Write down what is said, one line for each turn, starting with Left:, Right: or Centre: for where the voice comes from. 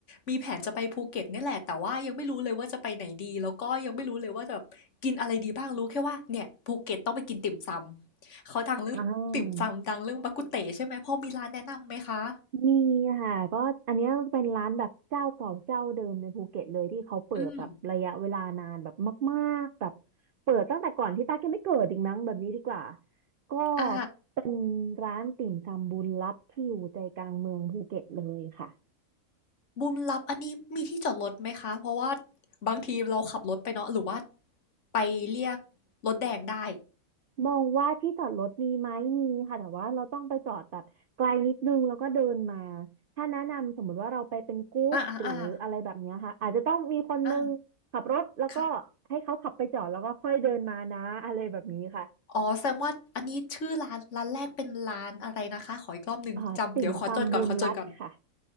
Left: มีแผนจะไปภูเก็ตนี่แหละแต่ว่ายังไม่รู้เลยว่าจะไปไหนดีแล้วก็ยังไม่รู้เลยว่าจะแบบกินอะไรดีบ้างรู้แค่ว่าเนี่ยภูเก็ตต้องไปกินติ่มซำเขาดังเรื่องติ่มซำดังเรื่องบักกุเตใช่ไหมพอมีร้านแนะนำไหมคะ
Right: อ่า มีค่ะก็อันเนี้ยเป็นร้านแบบเจ้าเก่าเจ้าเดิมในภูเก็ตเลยที่เขาเปิดแบบระยะเวลานานแบบมากๆแบบ
Left: อืม
Right: เปิดตั้งแต่ก่อนที่ตากยังไม่เกิดอีกมั้งแบบนี้ดีกว่าก็
Left: อ่า
Right: เป็นร้านติ่มซำบุญลับที่อยู่ใจกลางเมืองภูเก็ตเลยค่ะ
Left: บุญลับอันนี้มีที่จอดรถไหมคะเพราะว่าบางทีเราขับรถไปเนาะหรือว่าไปเรียกรถแดงได้
Right: มองว่าที่จอดรถมีไหมมีค่ะแต่ว่าเราต้องไปจอดแบบไกลนิดนึงแล้วก็เดินมาถ้าแนะนำสมมติว่าเราไปเป็นกรุ๊ปหรืออะไรแบบเนี้ยค่ะอาจจะต้องมีคนนึงขับรถแล้วก็ให้เขาขับไปจอดแล้วก็ค่อยเดินมานะอะไรแบบนี้ค่ะ
Left: อาๆๆอาค่ะอ๋อแสดงว่าอันนี้ชื่อร้านร้านแรกเป็นร้านอะไรนะคะขออีกรอบหนึ่งจำเดี๋ยวขอจดก่อนขอจดก่อน
Right: อ่าติ่มซำบุญรัตน์ค่ะ